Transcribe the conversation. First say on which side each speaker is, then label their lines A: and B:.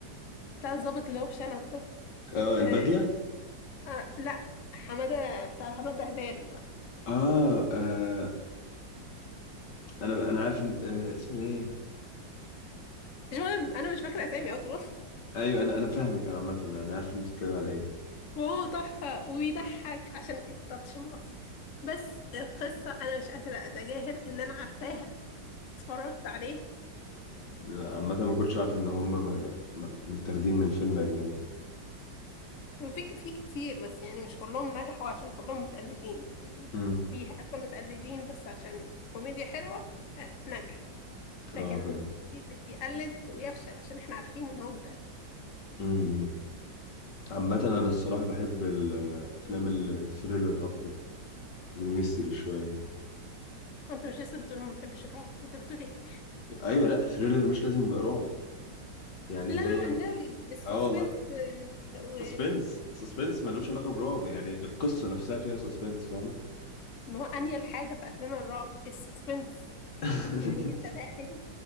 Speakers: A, on the left; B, on the left.
A: بتاع الظابط اللي هو بشنب ده
B: اه البدله
A: آه. آه. لا حماده بتاع حماده هلال ده
B: اه آه، انا انا عارف إن... آه اسمه ايه
A: مش مهم انا مش فاكره اسامي اصلا <laughs>
B: ايوه انا انا فاهمك انا عامه انا عارف انت بتتكلم على ايه
A: وهو تحفه وبيضحك عشان التاتش المصري بس القصه انا مش قادره اتجاهل ان انا عارفاها اتفرجت عليها
B: عامة ما كنتش عارف إن هما م- م- متاخدين من فيلم أجنبي
A: وفي في كتير بس يعني مش كلهم نجحوا عشان كلهم متقلدين يعني
B: امم
A: في حبه متقلدين بس عشان كوميديا حلوه آه، نجح لكن
B: اه فاهم
A: في اللي بيقلد ويفشل عشان احنا عارفين ان هو متقلد
B: امم عامة أنا الصراحة بحب الأفلام الثريلر أكتر والميستري شوية
A: وانت مش لسه بتقول ما بحبش الرعب انت بتقول ايه
B: أيوة لأ ثريلر مش لازم يبقى رعب يعني
A: لا
B: زي
A: والنبي
B: <laughs>
A: السسبنس
B: اه والله
A: آه، و
B: سسبنس سسبنس ملوش علاقة برعب يعني القصة نفسها فيها سسبنس فاهمة
A: ما هو انيل حاجه في افلام الرعب السسبنس
B: <laughs>
A: ان انت داخل